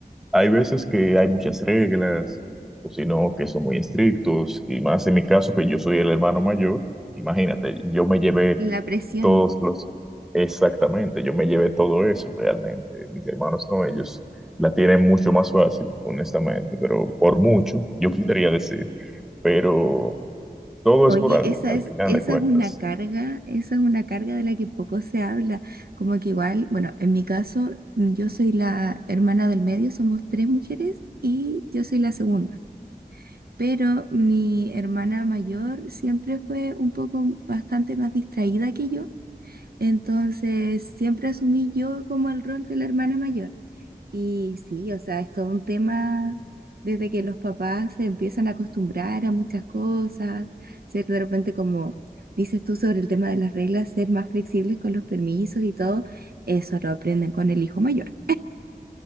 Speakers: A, in the centre; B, on the right.
A: hay veces que hay muchas reglas, o si no, que son muy estrictos, y más en mi caso que yo soy el hermano mayor, imagínate, yo me llevé
B: La presión.
A: todos los, exactamente, yo me llevé todo eso realmente, mis hermanos no, ellos la tienen mucho más fácil, honestamente, pero por mucho, yo podría decir, pero todo
B: Oye,
A: es por algo,
B: esa
A: al
B: es,
A: final
B: esa
A: de cuentas.
B: es una carga, esa es una carga de la que poco se habla. Como que igual, bueno, en mi caso, mm, yo soy la hermana del medio, somos tres mujeres y yo soy la segunda. Pero mi hermana mayor siempre fue un poco bastante más distraída que yo. Entonces, siempre asumí yo como el rol de la hermana mayor. Y sí, o sea, es todo un tema desde que los papás se empiezan a acostumbrar a muchas cosas, ser de repente como dices tú sobre el tema de las reglas, ser más flexibles con los permisos y todo, eso lo aprenden con el hijo mayor.